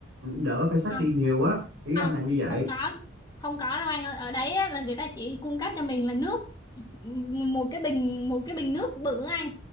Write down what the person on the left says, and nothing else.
không
không
không có không có đâu anh ơi ở đấy á, là người ta chỉ cung cấp cho mình là nước M- một cái bình một cái bình nước bự á anh